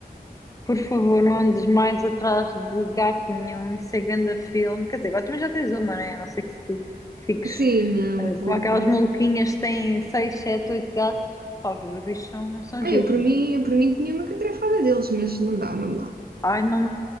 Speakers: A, on the left (about 20°); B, on the right (about 70°).
A: Por favor, não andes mais atrás de gato nenhum, isso é ganda filme. Quer dizer, agora também já tens uma, né? A não ser que tu fiques
B: Sim, não,
A: eh,
B: vou.
A: como aquelas maluquinhas que têm seis, sete, oito gatos. Pá, os bichos são, são
B: Ah,
A: giros,
B: eu por
A: mas.
B: mim, eu por mim tinha uma catrefada deles, mas não dá, não dá.
A: Ai, não.